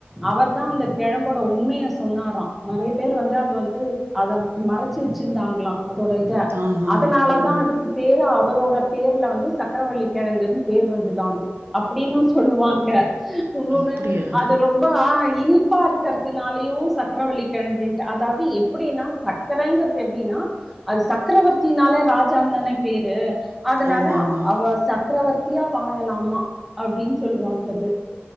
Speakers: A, in the centre; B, on the right.
A: அவர் தா அந்த கிழம் கூட உண்மைய சொன்னாராம் நெறைய பேர் வந்து அது வந்து அத மறச்சுவச்சிருந்தாங்களா அதோடயித
B: ஆ ஆ
A: அதனாலதா
B: ஆ
A: அதுக்கு பேரு அவரோட பேர்ல வந்து இவரோட பேர்ல இவரோட பேர்ல வந்து சக்கரவல்லிக்கிழங்குன்னு பேர் வந்துதா அது அப்படின்னு சொல்லுவாங்க இன்னோண்ணு
B: அப்டியா
A: அது ரொம்பாய் இனிப்பா இருக்கிறதுனாலயும் சக்கரவல்லிக்கிழங்குன்ட்டு அ தாவது எப்டின்னா சக்கரங்கிறது எப்டின்னா அது சக்கரவர்த்தினால ராஜான்தான பேரு அதனால
B: ஆமா ஆமா
A: அவ சக்கரவர்த்தியா வாழலாமா அப்டின்னு சொல்லுவாங்க அது